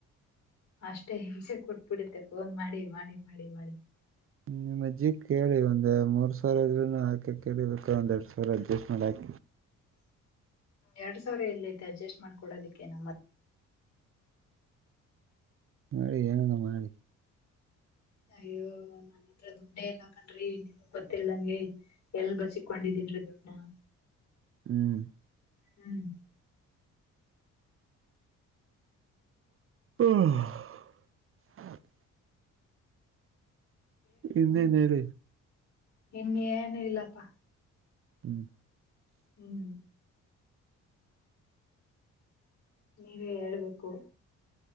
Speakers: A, on the left; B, on the right.
A: ಅಷ್ಟೇ ಹಿಂಸೆ ಕೊಟ್ಬಿಡುತ್ತೆ ಫೋನ್ ಮಾಡಿ ಮಾಡಿ ಮಾಡಿ ಮಾಡಿ
B: ನಿಮ್ಮ ಅಜ್ಜಿ ಕೇಳಿ ಒಂದ್ ಮೂರ್ ಸಾವರ ಆದ್ರುನು ಹಾಕಿ ಕೇಳಿಬೇಕ ಒಂದ್ ಎರಡ್ ಸಾವಿರ ಅಡ್ಜಸ್ಟ್ ಮಾಡ್ ಹಾಕಿ
A: <inaudible> ಎರಡ್ ಸಾವಿರ ಎ ಇಲ್ಲ ಐತೆ ಅಡ್ಜಸ್ಟ್ ಮಾಡ್ಕ ಕೊಡೋದಕ್ಕೆ ನಮ್ಮ
B: ನಿ ಏನ ಮಾಡಿ
A: ಅಯ್ಯೋ ನನ್ ಹತ್ರ ದುಡ್ಡ ಎಲ್ಲ ಹಾ ಕಂಡ್ರಿ ನಿಮ್ಗ್ ಗೊತ್ತಿಲ್ಲ ನಂಗೆ ಎಲ್ ಬಸಿಕೊಂಡಿದ್ದ <inaudible>
B: ಹ್ಮ್
A: ಹ್ಮ್
B: ಹ್ಮ ಇನ್ನೇನ್ ಹೇಳ
A: ನಿನ್ ಏನು ಇಲ್ಲಪ್ಪಾ
B: ಹ್ಮ್
A: ಹ್ಮ್ ನೀವೇ ಹೇಳ್ಬೇಕು